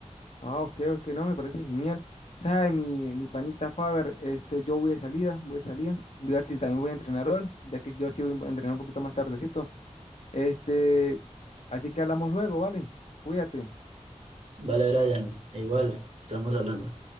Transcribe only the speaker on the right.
Vale, Brian, e igual, estamos hablando.